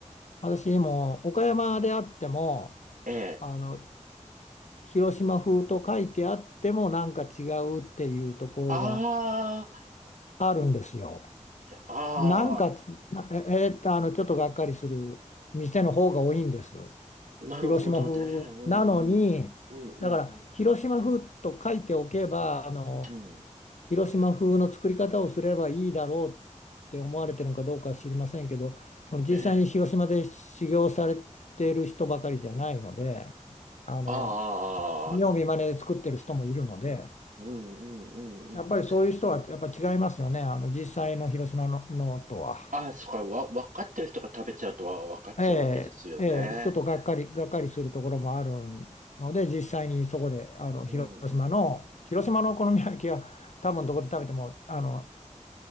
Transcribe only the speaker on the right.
ええ、
あ
あ、ああ、
なるほどね。
うん、
うん、うん、
うん、
うん、
ええ、
ああ、
うん、うん、うん、うん。
あ、そっか、わ、分かってる人が食べちゃうとは分かっちゃうわけですよね。
うんうんうん。